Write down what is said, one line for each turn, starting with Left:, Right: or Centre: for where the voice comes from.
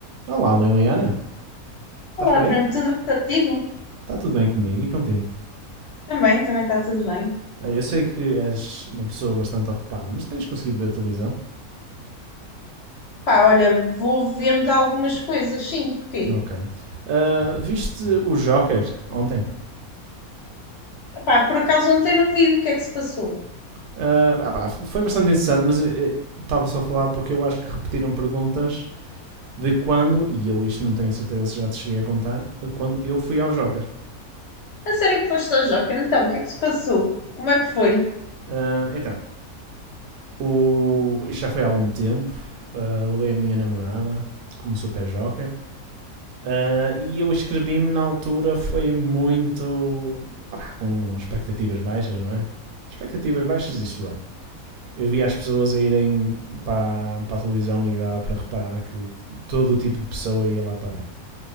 Right: Olá, Liliana. Estás
Left: Olá,
Right: por
Left: Bruno,
Right: aí?
Left: tudo bem contigo?
Right: Está tudo bem comigo e contigo?
Left: Também, também está tudo bem.
Right: Ah, Eu sei que és uma pessoa bastante ocupada, mas tens conseguido ver a televisão?
Left: Pá, olha, vou vendo algumas coisas, sim, porque,
Right: Ok. Ah, viste o Joker ontem?
Left: pá, por acaso ontem não vi o que é que se passou.
Right: Ah, ah pá, foi bastante interessante, mas eh, estava só a falar porque eu acho que repetiram perguntas de quando, e eu isto não tenho a certeza se já te cheguei a contar, quando eu fui ao Joker.
Left: A sério que foste ao Joker, então, o que é que se passou? Como é que foi?
Right: Ah, então, o, isto já foi há algum tempo. ah, levei a minha namorada como super Joker Uh, e eu escrevi-me na altura, foi muito. ah com expectativas baixas, não é? Expectativas baixas, isto é. Eu via as pessoas a irem para, para a televisão e dava para reparar que todo o tipo de pessoa ia lá parar.